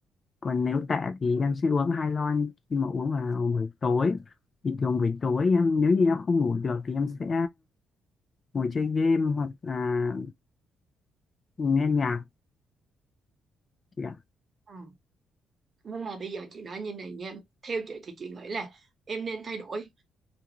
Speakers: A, on the left; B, on the right.
A: Còn nếu tệ thì em sẽ uống hai lon khi mà uống vào buổi tối. Thì thường buổi tối em nếu như em không ngủ được thì em sẽ ngồi chơi game hoặc là nghe nhạc chị ạ.
B: Ừ. nhưng mà bây giờ chị nói như này nha theo chị thì chị nghĩ là em nên thay đổi